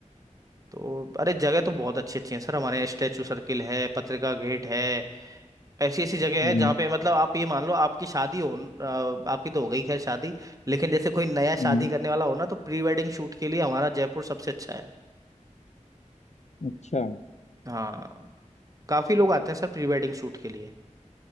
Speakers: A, on the right; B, on the left.
A: तो अरे जगह तो बहुत अच्छी अच्छी है सर हमारे यहाँ स्टैचू सर्किल है पत्रिका गेट है ऐसी ऐसी जगह
B: हम्म
A: है जहाँ पे मतलब आप ये मान लो आपकी शादी हो अ, आपकी तो हो गई खैर शादी लेकिन जैसे कोई नया
B: हम्म,
A: शादी करने वाला हो ना तो प्री वेडिंग शूट के लिए हमारा जयपुर सबसे अच्छा है
B: अच्छा
A: हाँ काफी लोग आते हैं सर प्री वेडिंग शूट के लिए